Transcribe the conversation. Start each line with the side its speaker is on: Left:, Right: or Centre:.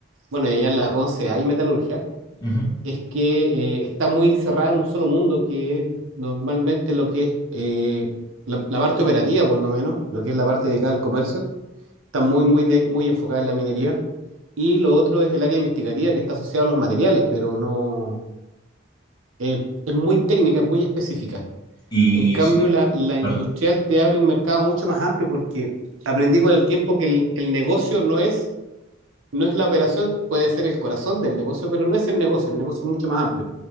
Right: bueno, y allá en la Conce hay metalurgia,
Left: Ujú, ujú.
Right: es que eh, está muy cerrada en un solo mundo, que es normalmente lo que es eh, la, la parte operativa, por lo menos, lo que es la parte dedicada al comercio, está muy, muy, de- muy enfocada en la minería. Y lo otro es el área investigativa que está asociada a los materiales, pero no eh, es muy técnica, es muy específica.
Left: Y
Right: En cambio,
Left: sí,
Right: la, la industrial
Left: perdón,
Right: te abre un mercado mucho más amplio porque aprendí con el tiempo que el, el negocio no es, no es la operación, puede ser el corazón del negocio, pero no es el negocio, el negocio es mucho más amplio.